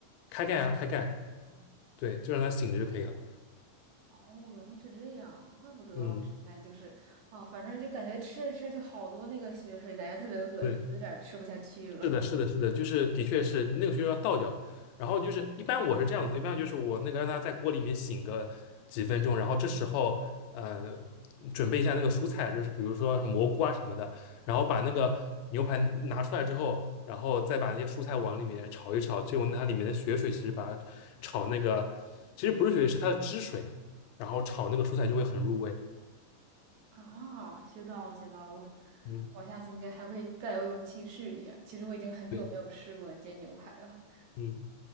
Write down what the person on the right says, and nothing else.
哦，原来是这样，怪不得我之前就是，
哦，反正就感觉吃着吃着就好多那个血水，感觉特别恶心，
有点儿吃不下去了。
<laughs> 啊，学到了，学到了，
我下次应该还会再有勇气试一下。其实我已经很久没有试过煎牛排了。